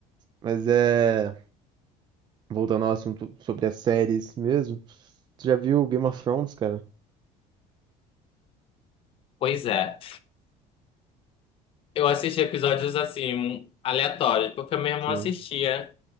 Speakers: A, on the right; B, on the left.
A: Mas é. Voltando ao assunto sobre as séries mesmo. Tu já viu Game of Thrones, cara?
B: Pois é. Eu assisti episódios assim, aleatórios, porque meu irmão
A: Sim.
B: assistia.